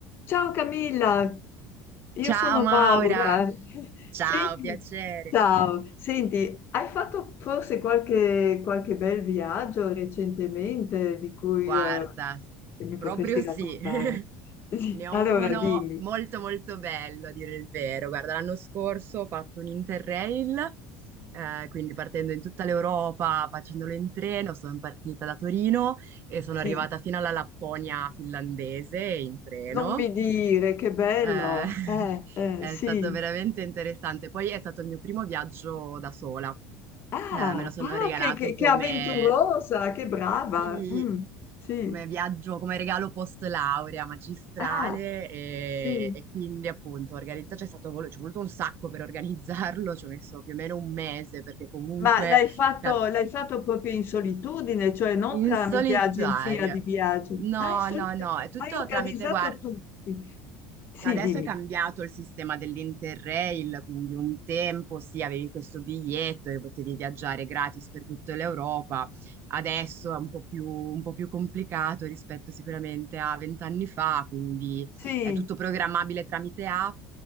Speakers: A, on the left; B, on the right.
A: Ciao Camilla, io
B: Ciao
A: sono
B: Maura,
A: Maura. <laughs>
B: ciao,
A: Senti,
B: piacere.
A: ciao, senti, hai fatto forse qualche, qualche bel viaggio recentemente di cui
B: Guarda,
A: eh, che mi potresti
B: proprio sì,
A: raccontare?
B: <laughs>
A: <laughs> Sì,
B: ne ho
A: Allora
B: uno
A: dimmi,
B: molto molto bello, a dire il vero. Guarda, l'anno scorso ho fatto un Interrail, eh, quindi partendo in tutta l'Europa, facendolo in treno, sono partita da Torino e sono
A: sì,
B: arrivata fino alla Lapponia finlandese in treno.
A: non mi dire, che bello,
B: Eh, <laughs>
A: eh, eh,
B: è
A: sì.
B: stato veramente interessante. Poi è stato il mio primo viaggio da sola,
A: Ah,
B: Eh, me lo sono
A: ah,
B: regalato
A: che, che- che
B: come...
A: avventurosa, che brava,
B: Sì,
A: Mm, sì,
B: come viaggio, come regalo post laurea magistrale
A: ah,
B: e,
A: sì.
B: e quindi appunto organizza, c'è stato, vol- ci è voluto un sacco per organizzarlo, ci ho messo più o meno un mese perché comunque
A: Ma l'hai fatto,
B: ca-
A: l'hai fatto proprio in solitudine, cioè non
B: in
A: tramite
B: solitaria.
A: agenzia di viaggi.
B: No,
A: Ah, in solitudine.
B: no, no, è tutto
A: Hai organizzato
B: tramite, guarda.
A: tu. Sì, Sì,
B: Adesso
A: dimmi.
B: è cambiato il sistema dell'Interrail, quindi un tempo sì, avevi questo biglietto e potevi viaggiare gratis per tutta l'Europa. Adesso è un po' più, un po' più complicato rispetto sicuramente a vent'anni fa, quindi
A: Sì,
B: è tutto programmabile tramite app,